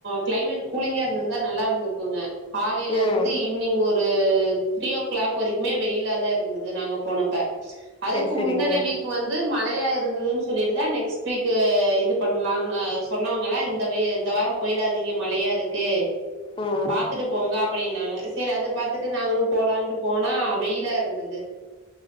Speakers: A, on the right; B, on the left.
A: கிளைமேட் கூலிங்கா இருந்திருந்தா நல்லா இருந்திருக்குங்க காலைலருந்து
B: ம்
A: ஈவ்னிங் ஒரு ஒரு த்ரீ ஓ கிளாக் வரைக்குமே வெயிலாதா இருந்தது நாங்க போனப்ப அதுக்கு
B: சரி சரிங்க
A: முந்தன வீக் வந்து மழையாரு ந்ததுன்னு சொல்லிட்டுதா நெக்ஸ்ட் வீக்கு இது பண்ணலான் ஆ சொன்னவங்களா இந்த வே இந்த வாரோ போய்டாதீங்க மழையாருக்கு
B: ம்
A: பாத்துட்டு போங்க அப்டின்னாங்க செரி அத பாத்துட்டு நாங்களு போலான்ட்டு போனா வெயி ல ருந்தது